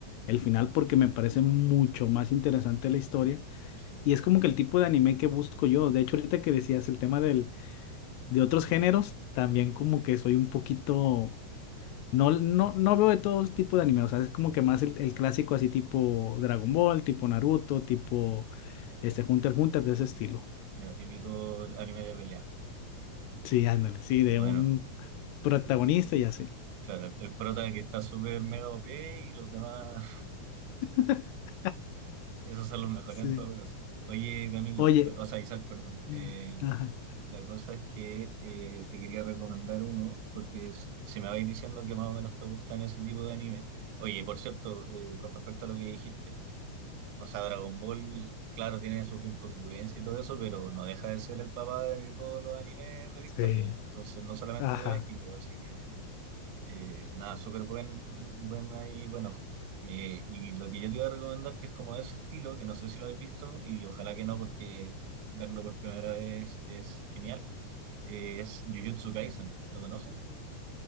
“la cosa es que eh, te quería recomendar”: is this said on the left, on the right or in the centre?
Right